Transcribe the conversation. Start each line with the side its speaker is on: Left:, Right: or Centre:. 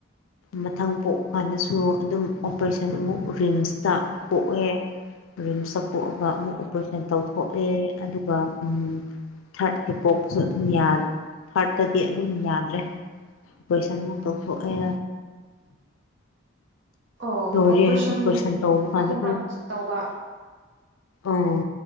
Left: ꯃꯊꯪ ꯄꯣꯛꯄ ꯀꯥꯟꯗꯁꯨ ꯑꯗꯨꯝ ꯑꯣꯄ꯭ꯔꯦꯁꯟ ꯑꯃꯨꯛ ꯔꯤꯝꯁꯇ ꯄꯣꯛꯂꯦ ꯔꯤꯝꯁꯇ ꯄꯣꯛꯑꯒ ꯑꯃꯨꯛ ꯑꯣꯄ꯭ꯔꯦꯁꯟ ꯇꯧꯊꯣꯛꯑꯦ ꯑꯗꯨꯒ ꯎꯝ ꯊꯥꯔꯠꯀꯤ ꯄꯣꯛ ꯨꯄꯖꯨ ꯑꯗꯨꯝ ꯌꯥ ꯊꯥꯔꯠꯇꯗꯤ ꯑꯗꯨꯝ ꯌꯥꯗ꯭ꯔꯦ ꯑꯣꯄ꯭ꯔꯦꯁꯟ ꯃꯨꯛ ꯇꯧꯊꯣꯛꯑꯦ
Right: ꯑꯣ
Left: ꯂꯣꯏꯔꯦ
Right: ꯑꯣꯄ꯭ꯔꯦꯁꯟ
Left: ꯑꯣꯄꯔꯦꯁꯟ ꯇꯧꯕ ꯀꯥꯟꯗ
Right: ꯑꯍꯨꯝꯔꯛ ꯇꯧꯕ
Left: ꯎꯝ